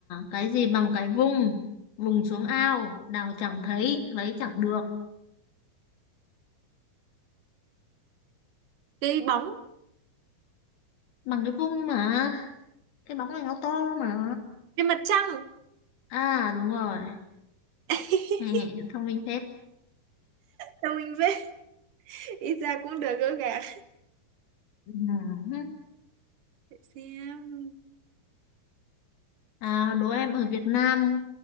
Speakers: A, on the left (about 75°); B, on the right (about 60°).
A: cái gì bằng cái vung vùng xuống ao đào chẳng thấy lấy chẳng được
B: cái bóng
A: bằng cái vung mà cái bóng này nó to mà
B: cái mặt trăng
A: à đúng rồi
B: <laughs>
A: Hè, thông minh phết
B: cho mình về ít ra cũng được gỡ gạc
A: <laughs> Ừ.
B: Để xem
A: à, đố em ở Việt Nam